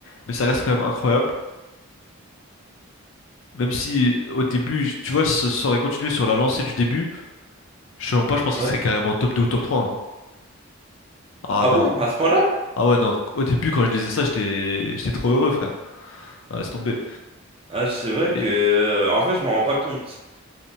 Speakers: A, on the left; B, on the right.
A: mais ça reste quand même incroyable. Même si au début, j- tu vois, ça ça aurait continué sur la lancée du début, je sais même pas, je pense qu'il
B: Ouais.
A: serait carrément top 2 ou top 3 hein. Ah
B: Ah
A: non.
B: bon? À ce point-là?
A: Ah ouais, non, au début quand je lisais ça, j'étais j'étais trop heureux, frère. Ah, laisse tomber.
B: Ah, c'est vrai
A: Et
B: que. euh, en vrai, je m'en rends pas compte.